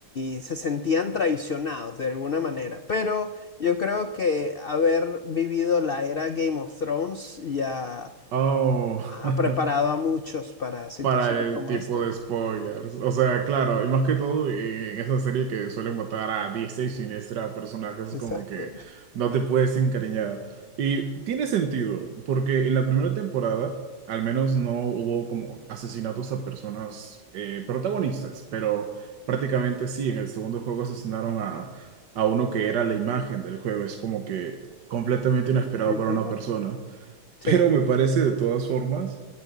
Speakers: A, on the left (about 80°); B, on the right (about 80°).
A: y se sentían traicionados de alguna manera. Pero yo creo que haber vivido la era Game of Thrones ya
B: Oh.
A: ha
B: <laughs>
A: preparado a muchos para situaciones
B: para el
A: como
B: tipo
A: esta.
B: de spoilers. O sea, claro, y más que todo en, en esa serie que suelen matar a diestra y siniestra a personajes
A: Exacto.
B: como que no te puedes encariñar. Y tiene sentido, porque en la primera temporada al menos no hubo como asesinatos a personas eh, protagonistas, pero prácticamente sí, en el segundo juego asesinaron a, a uno que era la imagen del juego. Es como que completamente inesperado
A: <laughs> Ujú.
B: para una persona. <laughs>
A: Sí,
B: Pero me parece de todas formas